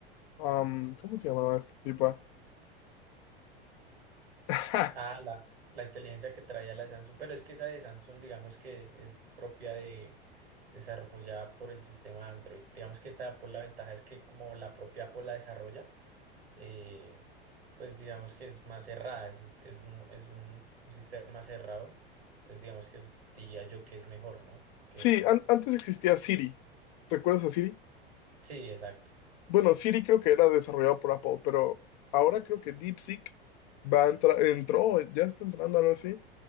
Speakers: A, on the left; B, on the right.
A: um, ¿cómo se llamaba esta tipa? <laughs>
B: Ah, la, la inteligencia que traía la de Samsung, pero es que esa de Samsung, digamos que es propia de, desarrollada por el sistema Android. Digamos que esta de Apple, la ventaja es que como la propia Apple la desarrolla, eh, pues digamos que es más cerrada, es, es un, es un- un sistema cerrado. Entonces, digamos que es- diría yo que es mejor, ¿no? Que,
A: Sí, an- antes existía Siri. ¿Recuerdas a Siri?
B: sí, exacto.
A: Bueno, Siri creo que era desarrollado por Apple, pero ahora creo que DeepSeek va a entrar, entró, ya está entrando algo así.